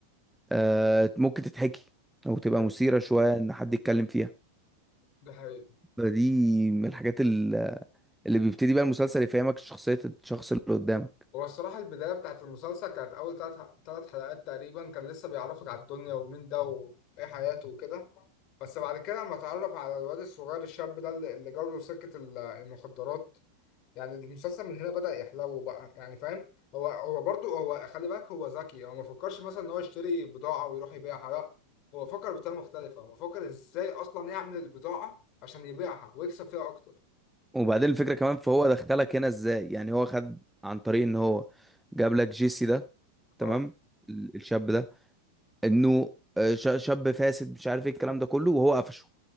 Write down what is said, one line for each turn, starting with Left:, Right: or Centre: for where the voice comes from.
Centre: آه، ممكن تتحكي او تبقى
Left: دي حقيقة.
Centre: مثيرة شوية ان حد يتكلم فيها
Left: ده حقيقي
Centre: فدي من الحاجات ال- اللي بيبتدي بقى المسلسل يفهمك شخصية الشخص اللي قدامك
Left: هو الصراحة البداية بتاعت المسلسل كانت أول تلات تلات حلقات تقريبا كان لسه بيعرفك على الدنيا ومين ده وإيه حياته وكده بس بعد كده لما اتعرف على الواد الصغير الشاب ده اللي اللي جاله سكة ال- المخدرات يعني المسلسل من هنا بدأ يحلو بقى يعني فاهم هو هو برضه هو خلي بالك هو ذكي هو ما فكرش مثلا إن هو يشتري بضاعة ويروح يبيعها لأ هو فكر بطريقة مختلفة هو فكر إزاي أصلا يعمل البضاعة عشان يبيعها ويكسب فيها أكتر
Centre: وبعدين الفكرة كمان فهو دخلك هنا ازاي يعني هو خد عن طريق ان هو جاب لك جيسي ده تمام
Left: آه
Centre: ال- الشاب ده انه آه، ش- شاب فاسد مش عارف ايه الكلام ده كله وهو قفشه